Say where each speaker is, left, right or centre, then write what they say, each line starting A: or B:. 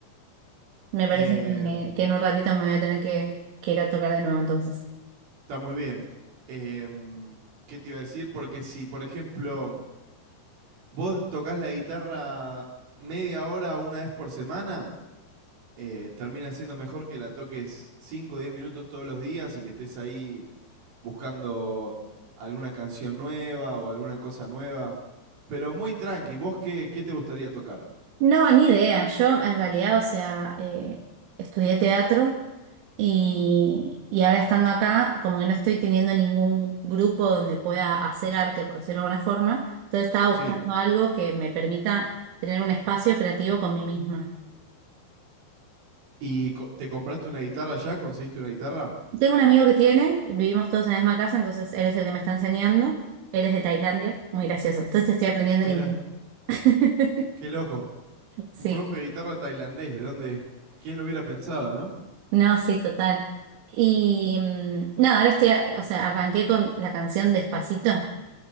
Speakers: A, on the right; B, on the right.
A: Me parece
B: Eh,
A: que, que en un ratito me voy a tener que, que ir a tocar de nuevo entonces.
B: está muy bien. Em, ¿qué te iba a decir? Porque si, por ejemplo, vos tocas la guitarra media hora una vez por semana, eh, termina siendo mejor que la toques cinco o 10 minutos todos los días y que estés ahí buscando alguna canción nueva o alguna cosa nueva. Pero muy tranqui, ¿vos qué, qué te gustaría tocar?
A: No, ni idea. Yo en realidad, o sea, eh, estudié teatro y, y ahora estando acá, como que no estoy teniendo ningún grupo donde pueda hacer arte, por decirlo de alguna forma. Entonces estaba
B: Sí.
A: buscando algo que me permita tener un espacio creativo con mí misma.
B: ¿Y co- te compraste una guitarra ya? ¿Conseguiste una guitarra?
A: Tengo un amigo que tiene, vivimos todos en la misma casa, entonces él es el que me está enseñando. Él es de Tailandia, muy gracioso. Entonces estoy aprendiendo
B: Mira,
A: en inglés. <laughs>
B: qué loco.
A: Sí.
B: Un profe de guitarra tailandés, ¿de dónde? ¿Quién lo hubiera pensado, no?
A: No, sí, total. Y mm, nada, ahora estoy, o sea, arranqué con la canción Despacito,